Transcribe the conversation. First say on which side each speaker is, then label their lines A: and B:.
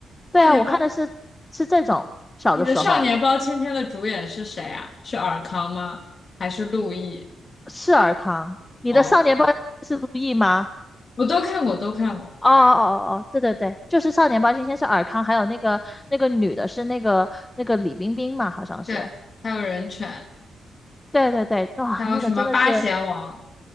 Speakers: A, on the left; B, on the left.
A: 对啊，
B: 《少年包》，
A: 我看的是是这种，小的时候。
B: 你的《少年包青天》的主演是谁啊？是尔康吗？还是陆毅？
A: 是尔康，你的少年包青天是陆毅吗？
B: 哦，我都看过，都看过。
A: 哦哦哦哦，对对对，就是少年包青天是尔康，还有那个那个女的是那个那个李冰冰嘛，好像是。
B: 对，还有《人犬》，
A: 对对对，哇，
B: 还有什么《八贤王》？
A: 那个真的是